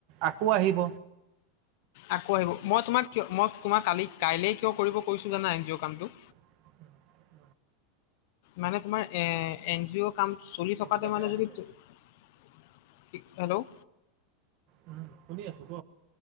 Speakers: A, on the right; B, on the left.
A: আকৌ আহিব?
B: আকৌ আহিব মই তোমাক কিয় মই তোমাক কালি কাইলে কিয় কৰিব কৈছো জানা এন জি অ' কামটো?
A: <unintelligible>
B: মানে তোমাৰ এ এন জি অ' কাম চলি থকাতে
A: যাতে
B: মানে
A: আহিলে
B: যদি হেল্ল'।
A: উম শুনি আছো ক।